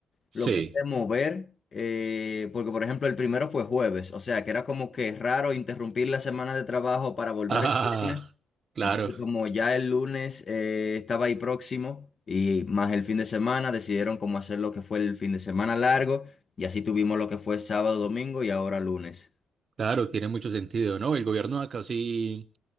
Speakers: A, on the left (about 50°); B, on the right (about 50°).
A: Lo
B: Sí,
A: pude mover eh, porque, por ejemplo, el primero fue jueves, o sea, que era como que raro interrumpir la semana de trabajo para volver
B: <laughs> ah,
A: el viernes.
B: claro,
A: Entonces, como ya el lunes eh, estaba ahí próximo y más el fin de semana, decidieron cómo hacer lo que fue el fin de semana largo y así tuvimos lo que fue sábado, domingo y ahora lunes.
B: claro, tiene mucho sentido, ¿no? El gobierno acá sí,